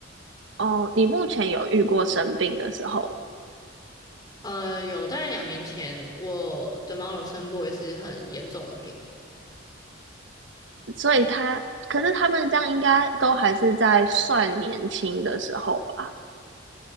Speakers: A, on the right; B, on the left.
A: 哦，你目前有遇过生病的时候，
B: 呃，有在两年前，我的猫有生过一次很严重的病。
A: 所以他，可是他们这样应该都还是在算年轻的时候吧？